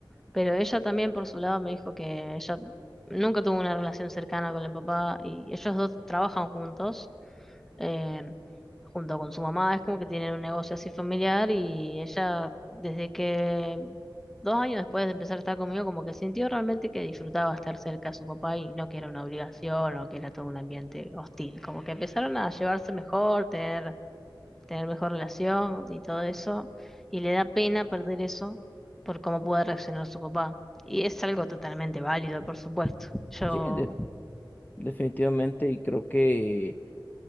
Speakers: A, in the centre; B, on the left.
A: Pero ella también por su lado me dijo que ella nunca tuvo una relación cercana con el papá y ellos dos trabajan juntos, eh, junto con su mamá, es como que tienen un negocio así familiar y ella desde que dos años después de empezar a estar conmigo como que sintió realmente que disfrutaba estar cerca de su papá y no que era una obligación o que era todo un ambiente hostil, como que empezaron a llevarse mejor, tener tener mejor relación y todo eso, y le da pena perder eso por cómo puede reaccionar su papá. Y es algo totalmente válido, por supuesto. Yo,
B: Sí, de- definitivamente y creo que